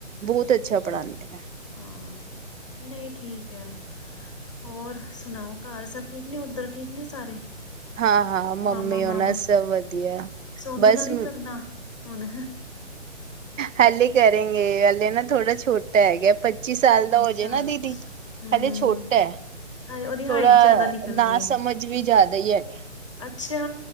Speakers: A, on the right; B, on the left.
A: ਬਹੁਤ
B: ਅੱਛਾ ਅੱਛਾ
A: ਪੜ੍ਹਾਉਂਦੇ ਨੇ
B: ਹਾਂ ਨਹੀਂ ਠੀਕ ਹੈ। ਹੋਰ ਸੁਣਾਓ ਘਰ ਸਭ ਠੀਕ ਨੇ ਉੱਧਰ ਠੀਕ ਨੇ ਸਾਰੇ?
A: ਹਾਂ ਹਾਂ ਮੰਮੀ
B: ਮਾਮਾ
A: ਉਹ
B: ਮਾਮਾ
A: ਨਾ ਸਭ ਵਧੀਆ
B: ਸੋਨੂੰ
A: ਬਸ
B: ਦਾ ਨੀ ਕਰਨਾ ਹੁਣ
A: ਹਲੇ ਕਰੇਗੇ ਹਲੇ ਨਾ ਥੋੜਾ ਛੋਟਾ ਹੈਗਾ ਪੱਚੀ ਸਾਲ ਦਾ
B: ਅੱਛਾ,
A: ਹੋ ਜੇ ਨਾ ਦੀਦੀ
B: ਹੂੰ-ਹੂੰ-ਹੂੰ,
A: ਹਲੇੇ ਛੋਟਾ ਹੈ।
B: ਹਾਏ ਉਹਦੀ
A: ਥੋੜਾ
B: ਹਾਈਟ ਜ਼ਿਆਦਾ ਨਿਕਲ
A: ਨਾ
B: ਗਈ ਏ
A: ਸਮਝ ਵੀ ਜ਼ਿਆਦਾ ਹੀ ਹੈਗਾ।
B: ਅੱਛਾ